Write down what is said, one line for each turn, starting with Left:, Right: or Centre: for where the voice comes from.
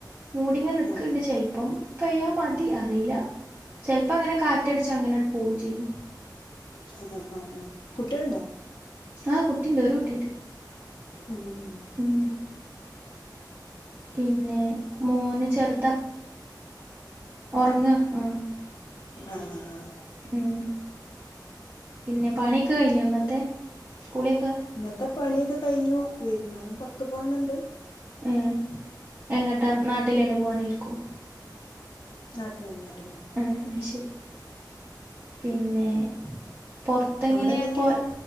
Right: മൂടിങ്ങെ നിക്കണ്ട്
Left: ആ
Right: ചെിലപ്പം പയാ മതി അറിയില്ല ചിലപ്പോ അങ്ങനെ കാറ്റടിച്ച് അങ്ങനെടു പോയും ചെയ്യും
Left: ആ ആ കുട്ടണ്ടാ
Right: ആഹ കുട്ടിണ്ട് ഒരു കുട്ടിണ്ട്
Left: ഉം ഉ
Right: ഉം പിന്നെ മോന് ചെറുതാ ഉറങ്ങ ആഹ
Left: ആഹ ആ
Right: ഉം പിന്നെ പണിയൊക്കെ കഴിഞ്ഞു ഒന്നത്തെ കുണക്ക
Left: ഇന്നത്തെ പണിയൊക്കെ കഴിഞ്ഞു വൈകുന്നേരം പുറത്തു പോണംന്നുണ്ട്
Right: ഏ എങ്ങട്ടാ നാട്ടിലേു പോവാനായിരിക്കൂ
Left: നാട്ടിലന്നെ നാട്ടിലന്നെ
Right: ആഹ് ശരി പിന്നെ പൊറത്തെങ്ങനെയാ
Left: അവിടെ എന്തൊക്കെയാണ്
Right: പോ